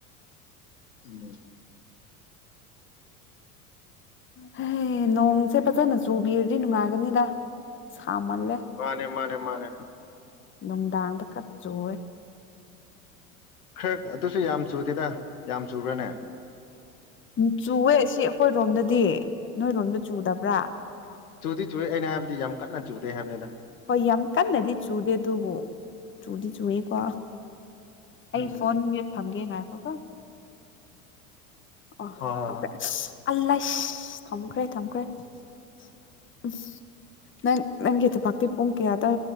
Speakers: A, on the left; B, on the left.
A: ꯎꯝ
B: ꯍꯦ ꯅꯣꯡꯁꯦ ꯐꯖꯅ ꯆꯨꯕꯤꯔꯗꯤ ꯅꯨꯡꯉꯥꯏꯒꯅꯤꯗ ꯁꯥꯃꯜꯂꯦ
A: ꯃꯥꯅꯦ ꯃꯥꯅꯦ ꯃꯥꯅꯦ
B: ꯅꯨꯡꯗꯥꯡꯗ ꯈꯛ ꯆꯨꯋꯦ
A: ꯈꯔ ꯑꯗꯨꯁꯨ ꯌꯥꯝ ꯆꯨꯗꯦꯗ ꯌꯥꯝ ꯆꯨꯕ꯭ꯔꯅꯦ
B: ꯎꯝ ꯆꯨꯋꯦ ꯁꯤ ꯑꯩꯈꯣꯏꯔꯣꯝꯗꯗꯤ ꯅꯣꯏꯔꯣꯝꯗ ꯆꯨꯗꯕ꯭ꯔꯥ
A: <inaudible> ꯆꯨꯗꯤ ꯆꯨꯏ ꯑꯩꯅ ꯍꯥꯏꯕꯗꯤ ꯌꯥꯝ ꯀꯟꯅ ꯆꯨꯗꯦ ꯍꯥꯏꯕꯅꯤꯗ
B: ꯍꯣꯏ ꯌꯥꯝ ꯀꯟꯅꯗꯤ ꯆꯨꯗꯦ ꯑꯗꯨꯕꯨ ꯆꯨꯗꯤ ꯆꯨꯋꯦꯀꯣ ꯑꯩ
A: ꯎꯝ
B: ꯐꯣꯟ ꯃꯤꯌꯨꯠ ꯊꯝꯒꯦ ꯉꯥꯏꯈꯣꯀꯣ ꯑꯣ
A: ꯍꯣꯏ ꯍꯣꯏ
B: ꯊꯝꯈ꯭ꯔꯦ
A: ꯍꯣꯏ
B: <unintelligible> ꯊꯝꯈ꯭ꯔꯦ ꯊꯝꯈ꯭ꯔꯦ <inaudible> ꯅꯪ ꯅꯪꯒꯤ ꯊꯄꯥꯛꯇꯤ ꯄꯨꯡ ꯀꯌꯥꯗ